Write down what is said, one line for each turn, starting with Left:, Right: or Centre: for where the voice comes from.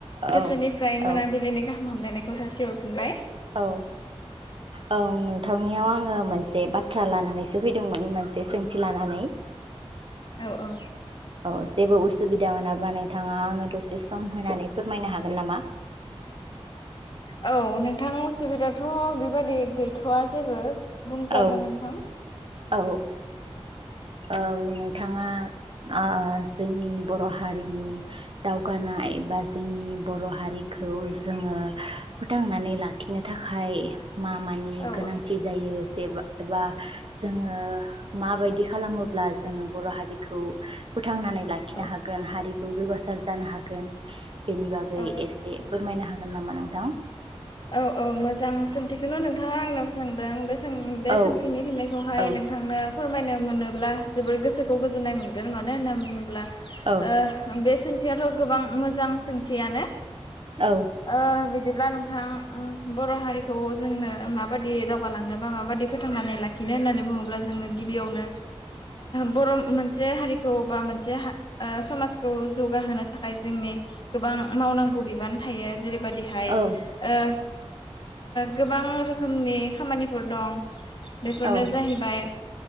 Right: औ
Left: गोसोनिफ्राय मोनाबिलिनि
Right: औ
Left: गाहाम हाम हामलनायखौ जासिहर <unintelligible>
Right: औ औ नोंथांनियाव आङो मोनसे बाथ्रा लानानैसो फैदोंमोन मोनसे सों थि लानानै
Left: औ औ
Right: अ जेबो उसुबिदा मोनाबा नोंथाङा आंनो दसे सम होनानै फोरमायनो हागोन नामा?
Left: औ नोंथां असुबिदाथ' बि बादि गैथ'आ जेबो। बुंजागोन
Right: औ
Left: नोंथां।
Right: औ औ नोंथाङा ओ जोंनि बर' हारिनि दावगानाय बा जोंनि बर' हारिखौ जोङो फोथांनानै लाखिनो थाखाय मा मानि
Left: औ
Right: गोनांथि जायो? देबा एबा जोङो माबायदि खालामोब्ला जोङो बर' हारि खौ फोथांनानै लाखिनो
Left: औ
Right: हागोन हारिखौ जौगासा सार जानो हागोन बेनि बागै
Left: औ
Right: एसे फोरमायनो हाग गोन नामा नोंथां?
Left: औ औ मोजां सोंथिखौनो' नोंथाङा आंनावयाव सोंदों बे बे
Right: औ
Left: सोंथिनि फिननायखौहाय
Right: औ
Left: नोंथांनो फोरमायनो मोनोब्ला जोबोर गोसोखौ गोजोननाय मोनगोन मानो होननानै बुङोब्ला
Right: औ
Left: ओ बे सों सोंथियाथ' गोबां मोजां सोंथियानो।
Right: औ
Left: अ बिदि अब्ला नोंथां बर' हारिखौ जोंनो माबादि दावगाालांनो बा माबादि फोथांनानै लाखिनो होननानै बुङोब्ला जोंनो गिबियावनो बर' मोनसे हारिखौ बा मोनसे समाजखौ जौगाहो थाखाय जोंनि गोबां मावनांगौ बिबान थायो। जेरै बायददिहाय
Right: औ
Left: ओ गोबां रोखोमनि खामानिफोर दं। बेफोरनो
Right: औ
Left: जाहैबाय